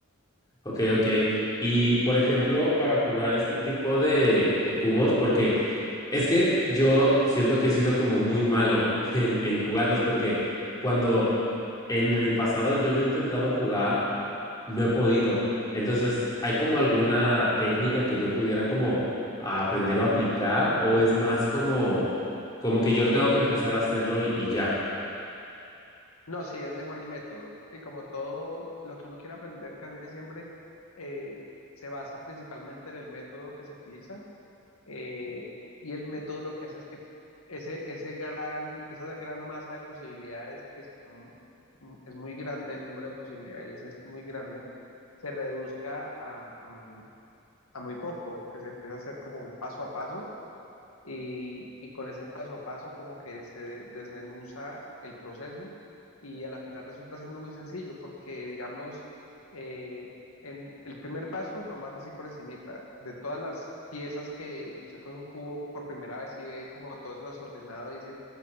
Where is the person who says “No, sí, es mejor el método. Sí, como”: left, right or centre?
Left